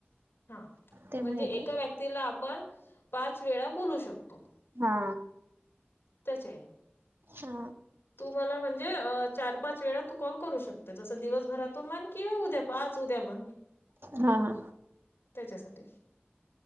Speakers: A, on the left; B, on the right.
A: हा
B: ते
A: म्हणजे
B: माहिती
A: एका व्यक्तीला आपण पाच वेळा बोलू शकतो
B: हा
A: त्याचेन
B: हा
A: तू मला म्हणजे चार पाच वेळा तू कॉल करू शकते जस दिवसभरातून मन किंवा उद्या पा पाच उद्या म्हण
B: हा हा
A: त्याच्यासाठी